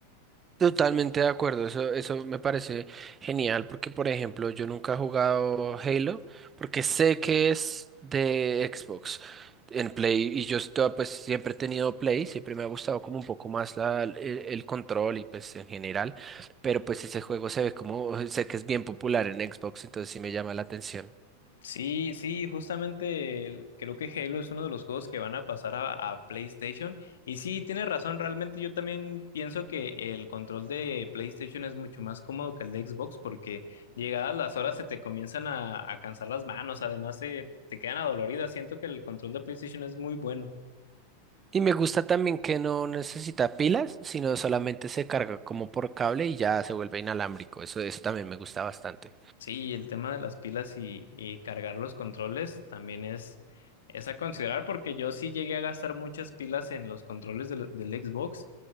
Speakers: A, on the right; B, on the left.
A: Totalmente de acuerdo, eso, eso me parece genial porque, por ejemplo, yo nunca he jugado Halo porque sé que es de Xbox en Play y yo estoy, pues siempre he tenido Play, siempre me ha gustado como un poco más la, el, el control y pues en general, pero pues ese juego se ve como, sé que es bien popular en Xbox, entonces sí me llama la atención.
B: Sí, sí, justamente el- creo que Halo es uno de los juegos que van a pasar a, a PlayStation. Y sí, tienes razón, realmente yo también pienso que el control de PlayStation es mucho más cómodo que el de Xbox porque llegadas las horas se te comienzan a, a cansar las manos, además se- te quedan adoloridas. Siento que el control de PlayStation es muy bueno.
A: Y me gusta también que no necesita pilas, sino solamente se carga como por cable y ya se vuelve inalámbrico, eso, eso también me gusta bastante.
B: Sí, el tema de las pilas y, y cargar los controles también es, es a considerar porque yo sí llegué a gastar muchas pilas en los controles del, del Xbox,